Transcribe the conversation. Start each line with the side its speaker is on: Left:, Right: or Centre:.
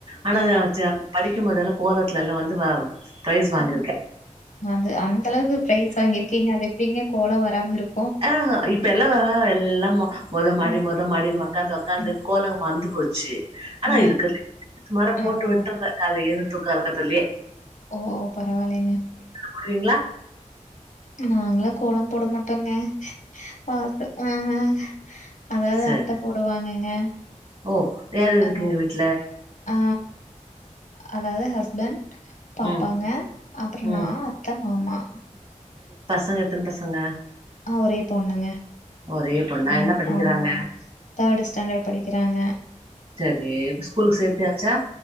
Right: ஆனா
Left: ஆ.
Right: படிக்கும் போதல்லா கோல வீட்டுலல்லா வந்து வவ் ஸ்பைஸ் வாங்கிருக்கேன்
Left: ம். அது அந்த அளவு ப்ரைஸ் வாங்கிருக்கிங்க அது எப்படிங்க கோலம் வர் ராமி ருக்
Right: ஆஹு இப்பெல்லா எல்லா மொதமாடி
Left: ம்,
Right: மொதமாடின்னு ஓக்காந்து ஓக்காந்து
Left: ம்.
Right: கோலங்க மறந்து போச்சி ஆனா
Left: ஆ,
Right: இதுக்கு சுமார
Left: ஆ,
Right: போட்டு
Left: ஓ
Right: விட்டுற கால ஏந்த தூக்கலக்கத்திலே
Left: ஓ பரவாலேங்க
Right: போடுவீங்களா
Left: நாங்களா கோலம் போட மாட்டோங்க வாசு ஆஹ அதாவது
Right: சரி
Left: அத்த போடுவாங்கங்க
Right: ஓ வேற இருக்குங்க
Left: ஆ,
Right: வீட்டு்ல
Left: ஆ அதாவது ஹஸ்பெண்ட் பாப்பாங்க
Right: ம்
Left: அப்புறம்
Right: ம்
Left: நா அத்த மாமா
Right: பசங்க எத்தன பசங்க
Left: ஒரே பொண்ணுங்க
Right: ஒரே பொண்ணா
Left: ஆஹ
Right: என்ன படிக்கிறாங்க
Left: ஆமா தேர்டு ஸ்டாண்டர்ட் படிக்கிறாங்க
Right: சரி ஸ்கூலுக்கு சேத்தியாச்சா